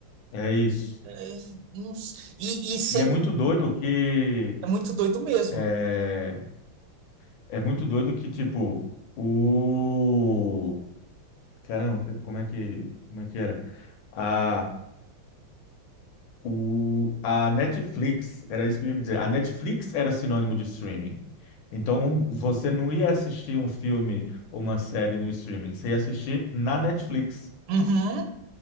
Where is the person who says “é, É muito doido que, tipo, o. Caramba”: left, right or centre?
Left